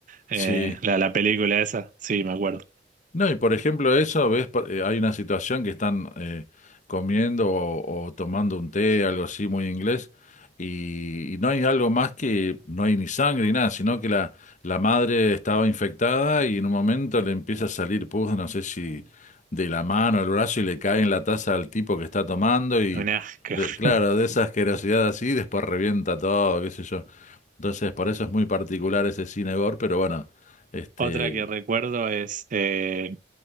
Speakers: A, on the right (about 45°); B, on the left (about 45°).
A: eh,
B: Sí,
A: la, la película esa, sí, me acuerdo.
B: No, y por ejemplo eso, ves, por- eh, hay una situación que están eh, comiendo o, o tomando un té, algo así muy inglés, y, y no hay algo más que, no hay ni sangre ni nada, sino que la, la madre estaba infectada y en un momento le empieza a salir pus, no sé si de la mano o el brazo, y le cae en la taza al tipo que está tomando, y
A: Un asco.
B: de- claro,
A: <laughs>
B: de esa asquerosidad así, después revienta todo, qué sé yo. Entonces, por eso es muy particular ese cine gore, pero bueno, este...
A: Otra que recuerdo es eh,